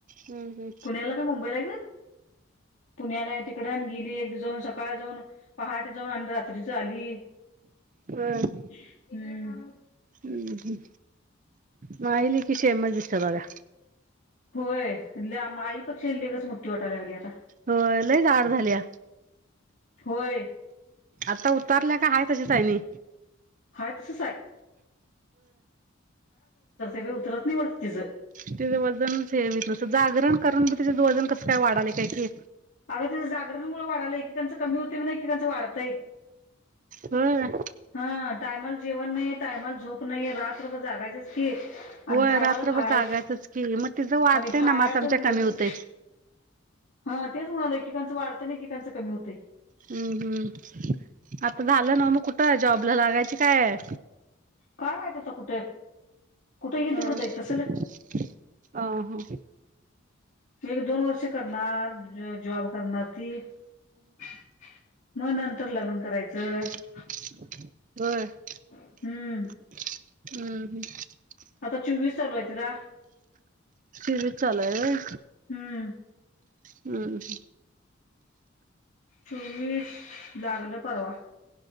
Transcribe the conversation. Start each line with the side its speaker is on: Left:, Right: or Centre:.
Right: हम्म
Left: पुण्याला काय मुंबई ला ग पुण्याला हाय तिकड गेली एक दिवस जाऊन सकाळ जाऊन पहाटे जाऊन आणि रात्रीच आली
Right: हम्
Left: हम्म.
Right: हम् ह माया लेकी सेमच दिसत्या बगा
Left: होय माई पेक्षा लेकच मोठी वाटालागल्या आता
Right: होय लय जाड झाल्या
Left: होय
Right: आता उतारल्या काय हाय तशीच हाय आणि
Left: हाय तसच हाय बाई उतरत नाही वाटत तिचं.
Right: तिच वजनच हे व्हीत नसल जागरण करून बी तीच वजन कसं काय वाढालय काय की
Left: अग तिच जागरणमुळ वाढालय एकीकांचं कमी होतय म्हण एकेकांचं वाढतंय
Right: हम
Left: हा टायमाला जेवण नाही टायमाल झोप नाहीय रात्र जागायचच की आणि
Right: होय
Left: टायमाला
Right: रात्रभर
Left: खाय
Right: जागायचंच की मग तिचं वाढतंय
Left: आणि खायच
Right: ना मग आमच्या
Left: मिळत
Right: कमी
Left: नय
Right: होतंय.
Left: हा तेच म्हणालं एकेकांचं वाढतं ना एककांचं कमी होतंय.
Right: हम्म हम्म आता झालं ना मग कुठं जॉबला लागायची कायं
Left: कायं माहित आता कुठे- येईल
Right: ह
Left: तिकडे
Right: ह
Left: जाईल तसं
Right: हा.
Left: एक दोन वर्ष करणारं जॉब करणारं. <unintelligible> मग नंतर लग्न करायचं.
Right: बर हम्
Left: हम्म
Right: ह.
Left: आता चोवीस चालू आहे तिला.
Right: चोवीस चालू आहे व्हयं.
Left: हम्म
Right: ह्म्म ह्म्म
Left: चोवीस लागलं परवा.